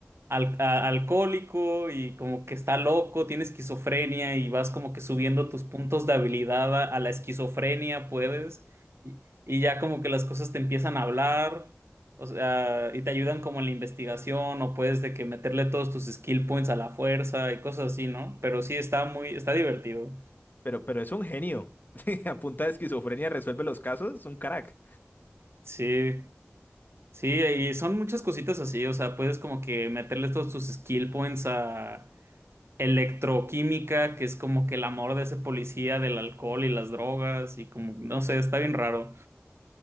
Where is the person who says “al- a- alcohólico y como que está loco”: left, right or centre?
Right